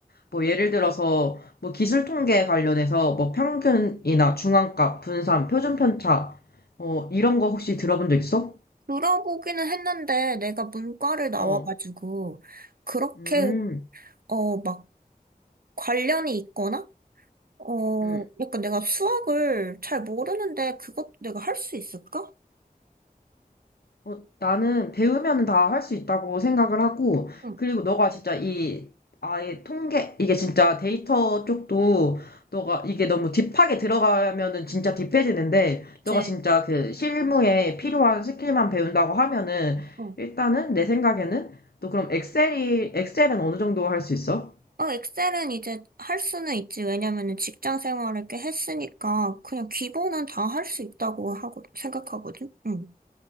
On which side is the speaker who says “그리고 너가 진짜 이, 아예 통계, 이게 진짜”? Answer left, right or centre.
Left